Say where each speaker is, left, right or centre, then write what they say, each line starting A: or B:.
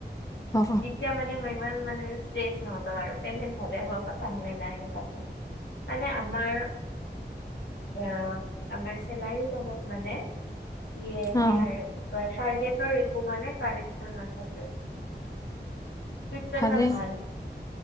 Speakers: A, on the left (about 20°); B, on the left (about 80°).
A: অ
B: এতিয়া মানে মেন ৱেন মানুহে কেছ নলয় পেমেন্ট হল‌ হয়‌ নহল নহ'লে লেহলে-। নাই ‌এনেকোৱাকে‌ মানে আমাৰ এয়া আমাৰ চেল্লেৰী লগত মানে ই সেয়াৰ
A: অ
B: তচা আইদিয়া তৰ একো মানে কানেকশ্বন নাথাকে। ছিক্স ৰেটত
A: ভালেই
B: ভাল,